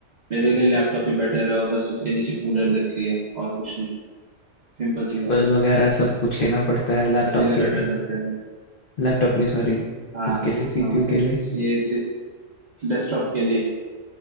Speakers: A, on the right; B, on the left.
A: मेरे लिए लैपटॉप ही बेटर है और बस उसके नीचे कूलर रख लिया और कुछ नहीं सिंपल सी
B: केबल
A: बात है
B: वगैरह सब कुछ लेना पड़ता है लैपटॉप
A: इसीलिए
B: के
A: बेटर
B: लिए
A: रखते हैं मैं
B: लैपटॉप नहीं सॉरी
A: हाँ
B: उसके लिए सीपीयू
A: हाँ
B: के लिए
A: ये डेस्कटॉप के लिए